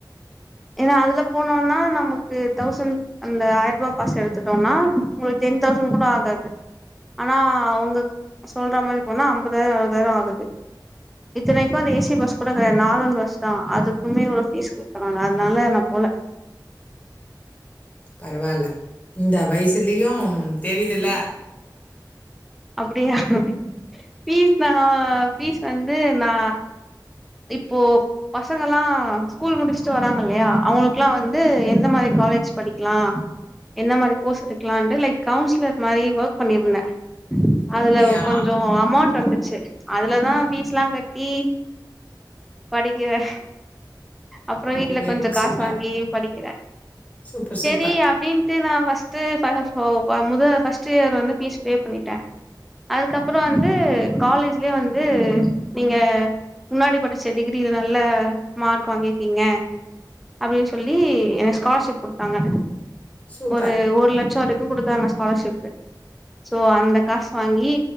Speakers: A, in the centre; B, on the left (about 20°).
A: ஏனா அதுல போனோனா நமக்கு தௌசண் அந்த ஆயர்பா பாஸ் எடுத்துட்டோன்னா உங்குளு டென்தெளசண் கூட ஆ காது ஆனா அவுங்கக் சொல்ற மாரி போனா அம்பதாயிரோ அறுபதாயிரோ ஆகுது. இத்தனைக்கு அது ஏ சி பஸ் கூட கெடையா நார்மல் பஸ்தா. அதுக்குமே இவ்ளோ ஃபீஸ் கேக்கறாங்க அதுனால நா போல.
B: பரவால்ல இந்த வய்சுலியும் தெரிதில்ல.
A: அப்பிடியா ஃபீஸ் நா ஃபீஸ் வந்து நா இப்போ பசங்கல்லா ஸ்கூல் முடிச்ட்டு வராங்க இல்லையா அவுங்குளுக்லா வந்து எந்த மாரி காலேஜ் படிக்லா? என்ன மாரி கோர்ஸ் எடுக்கலான்ட்டு லைக் கவுன்சிலர் மாரி ஒர்க் பண்ணிருந்தே.
B: அப்படியா?
A: அதுலவ் கொஞ்சோ அமௌண்ட் வந்துச்சு அதுலதா ஃபீஸ்லா கட்டி படிக்கிறே. அப்புற வீட்ல
B: ஓகே,
A: கொஞ்ச
B: ஓகே.
A: காசு
B: சூப்பர்.
A: வாங்கி படிக்கிறே
B: சூப்பர், சூப்பர்.
A: செரி அப்டின் ட்டு நா ஃபஸ்ட்டு ஃப ஃபொ அ முத ஃபஸ்ட்டு இயர் வந்து ஃபீஸ் பே பண்ணிட்டே. அதுக்கப்புறோ வந்து காலேஜ்லியே வந்து நீங்க முன்னாடி படிச்ச டிகிரில நல்ல மார்க் வாங்கிர்க்கீங்க. அப்டின் சொல்லி எனக் ஸ்காலர்ஷிப் குடுத்தாங்க.
B: சூப்பர்,
A: ஒரு ஒரு லச்சோ வரைக்கு குடுத்தாங்க ஸ்காலர்ஷிப்பு. சோ அந்த காசு வாங்கி